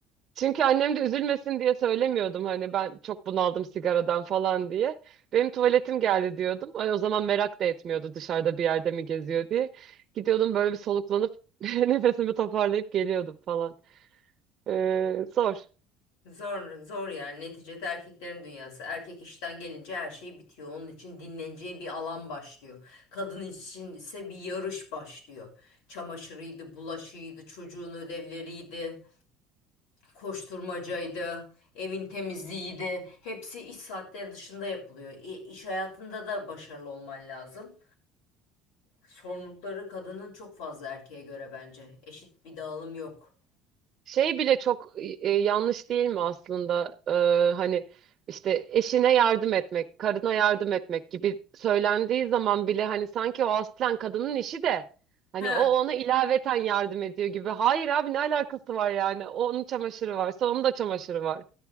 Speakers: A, on the right; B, on the left.
A: Çünkü annem de üzülmesin diye söylemiyordum hani ben çok bunaldım sigaradan falan diye. Benim tuvaletim geldi diyordum. Ay, o zaman merak da etmiyordu dışarıda bir yerde mi geziyor diye. Gidiyordum böyle bir soluklanıp <laughs> nefesimi toparlayıp geliyordum falan. Ee, zor.
B: Zor, zor yani. Neticede erkeklerin dünyası. Erkek işten gelince her şey bitiyor. Onun için dinleneceği bir alan başlıyor. Kadın için ise bir yarış başlıyor. Çamaşırıydı, bulaşıydı, çocuğun ödevleriydi, koşturmacaydı, evin temizliğiydi. Hepsi iş saatleri dışında yapılıyor. İ- İş hayatında da başarılı olman lazım. Sorumlulukları kadının çok fazla erkeğe göre bence. Eşit bir dağılım yok.
A: Şey bile çok e, yanlış değil mi aslında? Ee, hani işte eşine yardım etmek, karına yardım etmek gibi söylendiği zaman bile hani sanki o aslen kadının işi de hani
B: He,
A: o ona ilaveten yardım ediyor gibi. Hayır abi ne alakası var yani? O onun çamaşırı varsa onun da çamaşırı var.